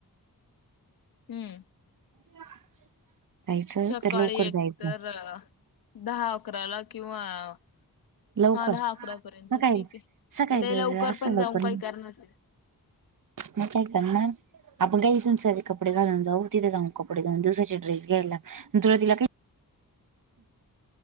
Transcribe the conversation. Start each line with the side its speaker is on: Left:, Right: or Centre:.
Left: हं.
Right: <inaudible>
Left: सकाळी
Right: तर लवकर
Left: एक
Right: जायचं
Left: तर, दहा अकराला किंवा <inaudible>
Right: लवकर
Left: हा दहा अकरा पर्यंत
Right: सकाळी
Left: ठीके.
Right: सकाळचं
Left: लयं लवकर
Right: असं
Left: पण
Right: लवकर
Left: जाऊन काय करणारे?
Right: मग काय करणार? आपण काय इथून सगळे कपडे घालून जाऊ. तिथं जाऊन कपडे दोन दिवसाचे ड्रेस घ्यायला, मी तुला तिला का